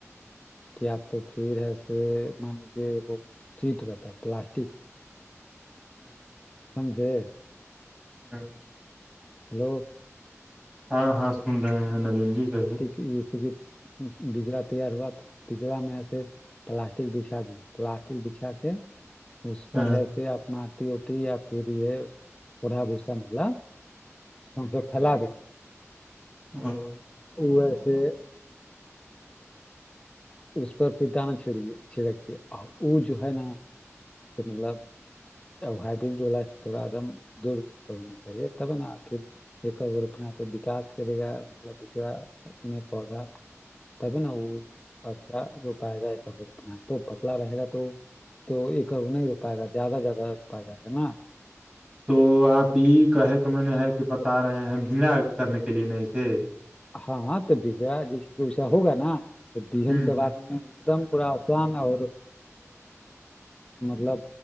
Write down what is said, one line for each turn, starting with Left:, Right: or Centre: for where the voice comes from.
Left: کیاپ تو پھر ہےس مان لیجے وہ سیٹ رہتا پلاسٹک والا
Right: ہوں
Left: سمجھے
Right: ہوں
Left: ہلو
Right: ہاں ہاں سن رہے ہیں ندیم جی کہیے
Left: جیسے کہ بجڑا تیار ہوا تو پجڑا میں ایسے پلاسٹک بچھا دیجی پلاسٹک بچھا کے اس پر
Right: ہاں
Left: ہےس اپنا آٹی اٹی یا پھر یہ پڑا بھسالا سوس ھیلا دی
Right: ہاں
Left: ویسے اس پر پھر دانا چھڑکیے چھڑکے اور وہ جو ہے نا کہ مطلب ا ہائیبلڈو سے تھوڑا ایک دم دور دور پر ہونا چاہیے تب نا آخر ایک اپنا تو وکاس کرے گا مطلب بچڑا میں پودا تب نا وہ اچھا روپائے گا ایک رپنا تو پتلا رہے گا تو وہ تو ایک ا نہیں روپائے گا زیادہ زیادہ روپا جائے گا نا
Right: تو آپ یہ کہے کہ میں نے ہے کہ بتا رہے ہیں بنا کرنے کے لیے نا اسے
Left: ہاں تو با جیسے کہ ویسا ہوگا نا تو بیہن
Right: ہ
Left: ک بارنے میں ایک دم کوا آسان اور مطلب